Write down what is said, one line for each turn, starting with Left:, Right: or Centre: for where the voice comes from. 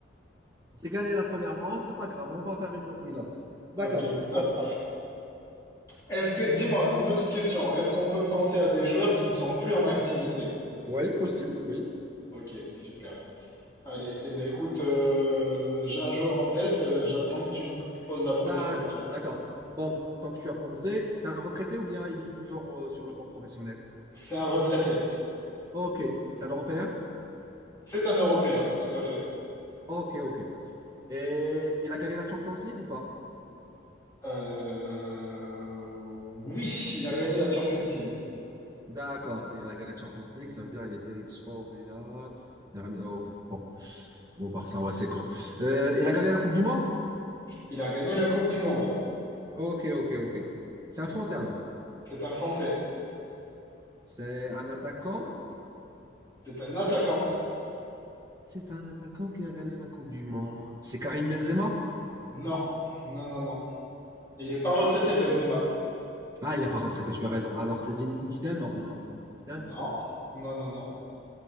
Right: J'ai gagné la première manche, c'est pas grave, on va faire une, au- une autre.
Left: Ok,
Right: D'accord,
Left: top.
Right: à toi.
Left: Est-ce que, dis-moi, une petite question. Est-ce qu'on peut penser à des joueurs qui ne sont plus en activité?
Right: Oui, possible, oui.
Left: Ok, super. Allez, eh ben écoute, euh, j'ai un joueur en tête. euh, j'attends que tu me poses la première
Right: D'accord,
Left: question.
Right: d'accord. Donc, tant que tu as pensé, c'est un retraité ou bien il joue toujours euh, sur le plan professionnel?
Left: C'est un retraité.
Right: Ok, c'est un Européen?
Left: C'est un Européen, tout à fait.
Right: Ok, ok. Et il a gagné la Champions League ou pas?
Left: Euh, Oui, il a gagné la Champions League.
Right: D'accord, il a gagné la Champions League, ça veut dire qu'il était soit au Real, dernier- oh, bon, bon, au Barça, ouais, c'est gros. Euh, il a gagné la Coupe du Monde?
Left: Il a gagné la Coupe du Monde.
Right: Ok, ok, ok. C'est un Français alors.
Left: C'est un Français.
Right: C'est un attaquant?
Left: C'est un attaquant.
Right: C'est un attaquant qui a gagné la Coupe du Monde. C'est Karim Benzema?
Left: Non, non, non, non. Et il n'est pas retraité, Benzema.
Right: Ah, il n'est pas retraité, tu as raison. Alors, c'est Zinedine Zidane? Non, non, Zidane.
Left: Non, non, non, non.